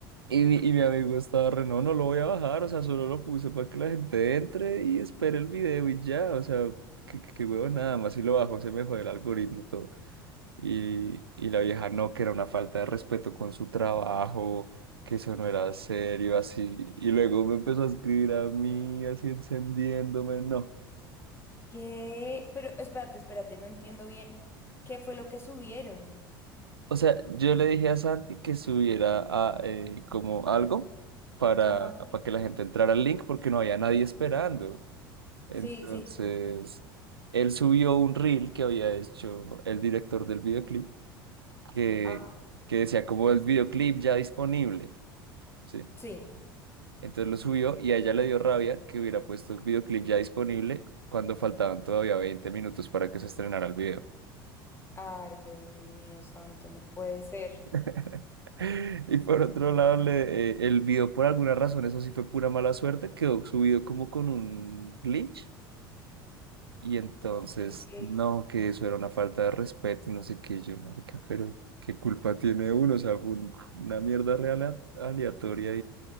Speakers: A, on the right; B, on the left.
A: Y mi, y mi amigo estaba re, no, no lo voy a bajar, o sea, solo lo puse para que la gente entre y espere el video y ya, o sea, que, que, que huevo nada más, si lo bajo se me jode el algoritmo, todo. Y, y la vieja no, que era una falta de respeto con su trabajo, que eso no era serio, así. Y luego me empezó a escribir a mí, así encendiéndome, no.
B: ¿Qué? Pero espérate, espérate, no entiendo bien qué fue lo que subieron.
A: O sea, yo le dije a Santi que subiera a, eh, como algo para,
B: Ajá.
A: para que la gente entrara al link porque no había nadie esperando. Entonces,
B: Sí, sí, sí.
A: él subió un reel que había hecho el director del videoclip que,
B: Ah,
A: que decía como el videoclip ya disponible. ¿sí?
B: sí.
A: Entonces lo subió y a ella le dio rabia que hubiera puesto el videoclip ya disponible cuando faltaban todavía 20 minutos para que se estrenara el video.
B: Ay, Dios mío santo, no puede ser.
A: <laughs> Y por otro lado, le- eh, el video por alguna razón, eso sí fue pura mala suerte, quedó subido como con un glitch. Y entonces,
B: Ok.
A: no, que eso era una falta de respeto y no sé qué, yo, marica, pero ¿qué culpa tiene uno? O sea, fue un- una mierda real aleatoria